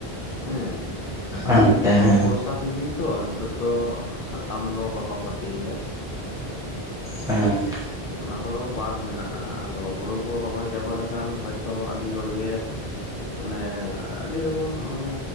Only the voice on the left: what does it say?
ᱦᱮᱸ ᱟᱫᱚ
ᱱᱤᱛᱩᱜ ᱫᱚ
ᱵᱚᱨᱥᱟᱼᱼ ᱥᱤᱡᱤᱧ ᱛᱚ ᱱᱤᱛᱚᱜ ᱫᱚ ᱥᱟᱠᱟᱢ ᱫᱚ ᱵᱟᱠᱚ ᱯᱟᱹᱴᱤᱭᱮᱫᱟ᱾
ᱚᱱᱟ ᱠᱚᱫᱚ ᱵᱟᱫᱽ ᱢᱮᱱᱟᱜ-ᱟ ᱟᱫᱚ ᱦᱩᱲᱩ ᱠᱚ ᱨᱚᱦᱚᱭ ᱪᱟᱵᱟ ᱞᱮᱠᱷᱟᱱ ᱦᱚᱭᱛᱚ ᱟᱹᱰᱤ ᱦᱚᱲ ᱜᱮᱼᱼ ᱢᱟᱱᱮ ᱟᱹᱰᱤ ᱨᱚᱠᱚᱢ ᱢᱟᱱᱮ